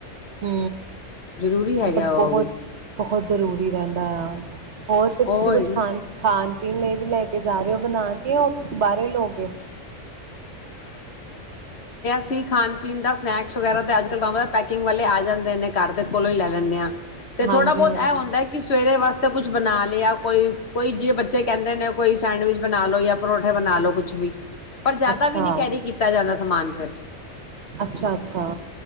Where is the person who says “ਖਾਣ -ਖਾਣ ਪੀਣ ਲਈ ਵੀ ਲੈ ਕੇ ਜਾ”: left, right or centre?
Right